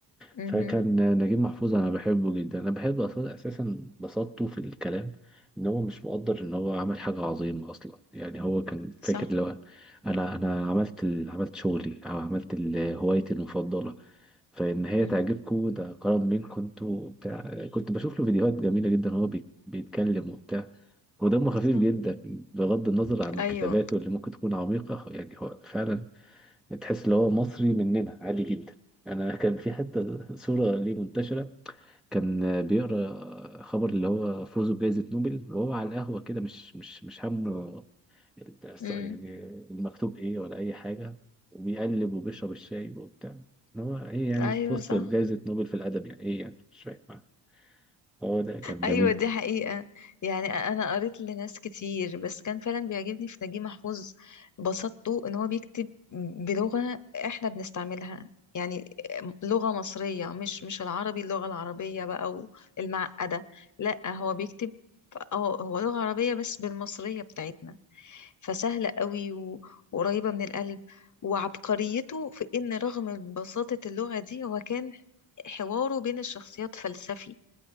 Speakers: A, on the left; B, in the centre.
A: امم
B: فكان نجيب محفوظ أنا بحبه جدا أنا بحب أصلا أساسا بساطته في الكلام إن هو مش مقدر إن هو عمل حاجة عظيمة أصلا يعني هو كان
A: صح
B: فاكر لو أنا أنا عملت ال- عملت شغلي أو عملت ال- هوايتي المفضلة فان هي
A: مم.
B: تعجبكم ده كرم منكم انتوا بتاع كنت بشوف له فيديوهات جميله جدا هو بي- بيتكلم وبتاع ودمه خفيف
A: صح
B: جدا بغض النظر عن
A: ايوه
B: كتاباته اللي ممكن تكون عميقه يعني هو فعلا تحس ان هو مصري مننا عادي جدا انا كان في حتى صوره ليه منتشره كان بيقرا خبر اللي هو فوزه بجائزة نوبل وهو على القهوة كده مش مش مش همه الص-
A: امم
B: يعني المكتوب ايه ولا اي حاجة وبيقلب وبيشرب الشاي وبتاع ان هو ايه يعني
A: ايوه
B: فزت
A: صح
B: بجائزة نوبل في الادب يعني ايه يعني مش فاهم هو ده كان
A: ايوه
B: جميل
A: دي حقيقة يعني انا قريت لناس كتير بس كان فعلا بيعجبني في نجيب محفوظ بساطته ان هو بيكتب بلغة احنا بنستعملها يعني لغة مصرية مش مش العربي اللغة العربية بقى والمعقدة لا هو بيكتب اه هو لغة عربية بس بالمصرية بتاعتنا فسهلة قوي و- وقريبة من القلب وعبقريته في ان رغم بساطة اللغة دي هو كان حواره بين الشخصيات فلسفي